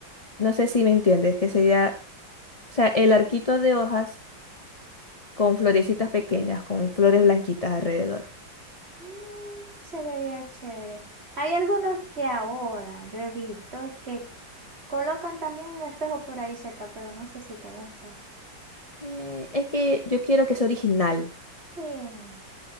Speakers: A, on the left (about 25°); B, on the right (about 30°).
A: No sé si me entiendes, que sería, o sea, el arquito de hojas con florecitas pequeñas, con flores blanquitas alrededor.
B: Mm, se vería chévere. Hay algunos que ahora yo he visto que Colocan también un espejo por ahí cerca, pero no sé si te gusta.
A: Eh, es que yo quiero que sea original,
B: Sí,